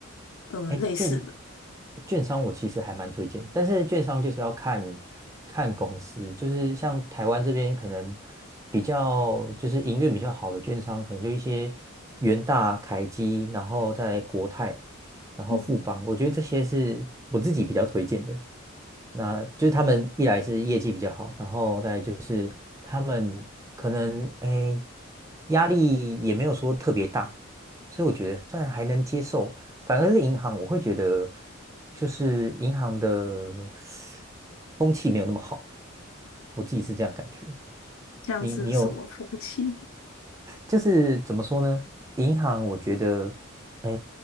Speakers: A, on the left; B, on the right.
A: 呃类似的，
B: 哎，券券商我其实还蛮推荐，但是券商就是要看看公司，就是像台湾这边可能比较就是营运比较好的券商，可能就一些元大、凯基，然后在国泰，然后富邦，
A: 嗯，
B: 我觉得这些是我自己比较推荐的。那就是他们一来是业绩比较好，然后再来就是他们可能哎压力也没有说特别大，所以我觉得算还能接受。反而是银行，我会觉得就是银行的风气没有那么好，我自己是这样感觉。
A: 像是什么服务器
B: 你你有就是怎么说呢？银行我觉得，哎，